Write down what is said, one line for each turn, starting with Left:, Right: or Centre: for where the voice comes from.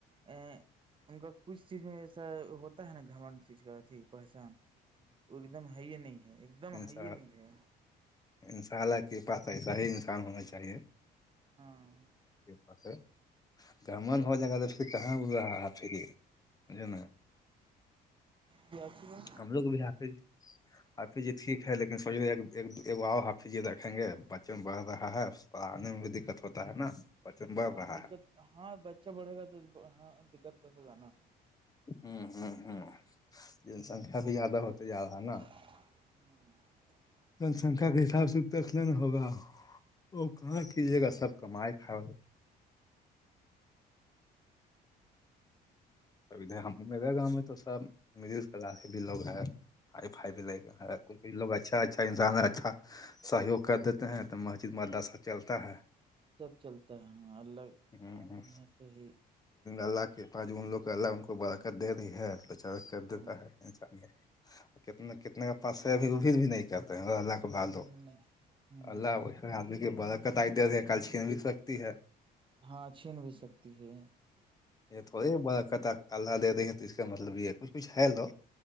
Right: ا ان کا کچھ چیز میں ایسا ہوتا ہے نا گھمنڈ چیز کا اھی پہچان وہ ایک دم ہے ہے نہیں ایک دم
Left: انسا
Right: ہے ہی ہے
Left: ان شاء اللہ کے پس ایسا ہی انسان ہونا چاہیے
Right: ہاں
Left: پاس گمن ہو جائے گا جب سے کہاں رہا ہے فری جناا
Right: کیاچ میں
Left: ہم لوگ بھی آاے پھر جی ٹھیک ہے لیکن سوچ آؤ آپ پھر جی رکھیں گے بچپن بڑھ رہا ہے پڑھاننے میں بھی دقت ہوتا ہے نا بچن بڑھ
Right: ہاں
Left: رہا
Right: دقت
Left: ہے
Right: ہاں بچہ بڑھے گا تو ہاں دقت تو ہوگا نا
Left: ہوں ہوں ہوں جن سنکھیا بھی زیادہ ہوتے جا رہا ہے نا
Right: ہوں
Left: جن سنکھیا کے حساب سے اتقلین ہوگا وہ کہاں کیجیے گا سب کمائی کھا لگ ہم میرے گاؤں میں تو سب مڈل کلاس بھی لوگ ہیں ہ فائی بھی ل ہے کو کوئی لوگ اچھا اچھا انسان ہے اچھا سہیوگ کر دیتے ہیں تو مسجد مداسا چلتا ہے
Right: سب چلتا ہے اللہ
Left: ہ
Right: کا دین سے ہی
Left: اللہ کے پا ان لوگ اللہ ان کو بڑ کر دے رہی ہے کر دیتا
Right: ہاں
Left: ہے انسانی کتنا کتنے کا پاسے اب اب بھی نہیں کرتے اس کے بعد ہو
Right: نہیں ہ
Left: اللہ اس آدمی کی برک کت دے رہی ہے کل چھین بھی سکتی ہے
Right: ہاں چھین بھی سکتی ہے
Left: یہ تھوڑی بڑا کتا اللہ دے رہی تو اس کا مطلب یہ ہے کچھ کچھ ہے لو